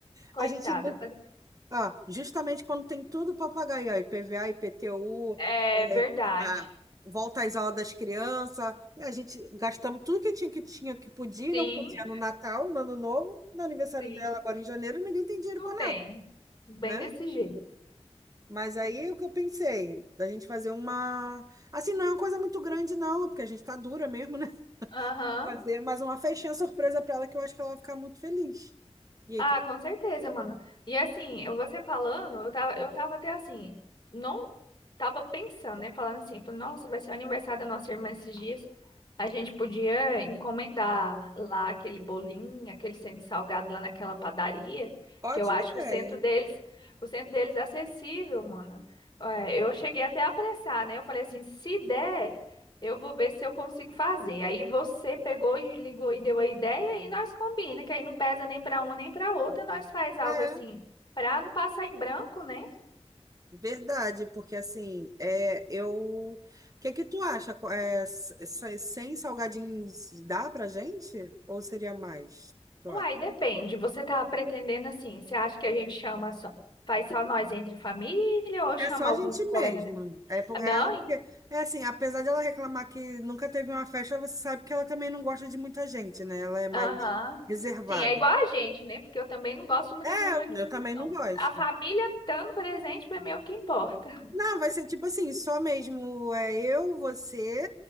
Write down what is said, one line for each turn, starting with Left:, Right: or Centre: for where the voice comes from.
Left: coitada.
Right: A gente não.
Left: Faz-
Right: Ah, justamente quando tem tudo para pagar, aí, ó, IPVA, IPTU,
Left: É verdade.
Right: é, a- volta às aulas das crianças, né, a gente gastamos tudo que tinha, que tinha, que podia e
Left: Sim,
Right: não podia no Natal, no Ano Novo, no aniversário
Left: sim.
Right: dela agora em janeiro, ninguém tem dinheiro
Left: Não
Right: para
Left: tem.
Right: nada,
Left: Bem
Right: né?
Left: desse jeito.
Right: Mas aí o que eu pensei, da gente fazer uma. Assim, não é uma coisa muito grande, não, porque a gente tá dura mesmo, né? <laughs>
Left: Aham.
Right: Fazer mais uma festinha surpresa para ela que eu acho que ela vai ficar muito feliz. E
Left: Ah,
Right: aí, que
Left: com certeza, mano. E assim, eu- você falando, eu tava, eu tava até assim, não tava pensando, né? Falando assim, falei, nossa, vai ser o aniversário da nossa irmã esses dias. A gente podia encomendar lá aquele bolinho, aquele centro salgado lá naquela padaria,
Right: ótima
Left: que eu acho
Right: ideia.
Left: que o centro deles, o centro deles é acessível, mano. É, eu cheguei até a apressar, né? Eu falei assim, se der. Eu vou ver se eu consigo fazer. Aí você pegou e ligou e deu a ideia e nós combina, que aí não pesa nem para uma nem para outra, nós faz algo
Right: É.
Left: assim, para não passar em branco, né?
Right: Verdade, porque assim, é, eu, o que que tu acha? Qu- É, s- s- sem salgadinhos dá pra gente? Ou seria mais? Tu
Left: Uai,
Right: acha?
Left: depende. Você tá pretendendo assim, você acha que a gente chama só, faz só nós entre família ou chama
Right: É só a
Left: algum
Right: gente
Left: colega
Right: mesmo.
Left: dela?
Right: É, por-
Left: Não?
Right: é, porque-
Left: en-
Right: é assim, apesar de ela reclamar que nunca teve uma festa, você sabe que ela também não gosta de muita gente, né? Ela é mais
Left: Aham.
Right: reservada.
Left: Sim, é igual a gente, né? Porque eu também não gosto de muita
Right: É,
Left: gente de
Right: eu,
Left: manifestação.
Right: eu também não gosto.
Left: A família estando presente para mim é o que importa.
Right: Não, vai ser tipo assim, só mesmo é eu, você,